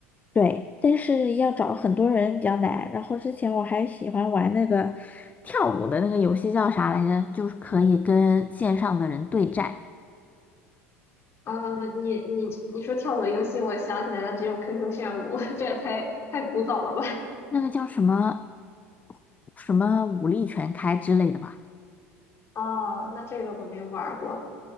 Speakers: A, on the left (about 20°); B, on the left (about 40°).
A: 对，但是要找很多人比较难。然后之前我还喜欢玩那个跳舞的那个游戏叫啥来着？就是可以跟线上的人对战，
B: 嗯，你你你说跳舞游戏，我想起来了，只有 QQ 炫舞，<laughs> 这也太太古早了吧？
A: 那个叫什么什么武力全开之类的吧？
B: 哦，那这个我没有玩儿过，